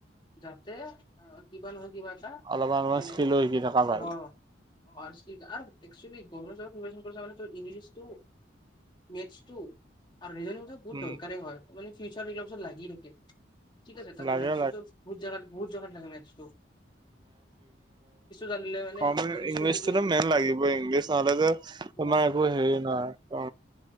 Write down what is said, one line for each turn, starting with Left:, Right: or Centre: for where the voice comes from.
Left: যাতে কিবা নহয় <unintelligible> কিবা এটা
Right: অলপমান অলপমান
Left: মানে
Right: স্কিলো শিকি থকা ভাল।
Left: অ <unintelligible> আৰু একচুৱেলি গমেণ্ট জবক নিৰ্বাচন কৰি মানে তোৰ ইংলিছটো <unintelligible> মেছটো আৰু ৰিজন বহুত
Right: উম,
Left: দৰকাৰে হয় মানে ফিউচাৰবিলাকত চত লাগি থাকে ঠিক আছে তাৰে
Right: লাগে
Left: মেটছতো বহুত জেগাত <unintelligible> বহুত জেগাত লাগে মেথচটো। <unintelligible> জানিলে মানে
Right: ক
Left: ইংলিছটো
Right: ইংলিছতো
Left: যদি
Right: মেইন লাগিবই, ইংলিছ নহলে যে <unintelligible> তোমাৰ
Left: অ'
Right: একো হেৰি নহয় অ।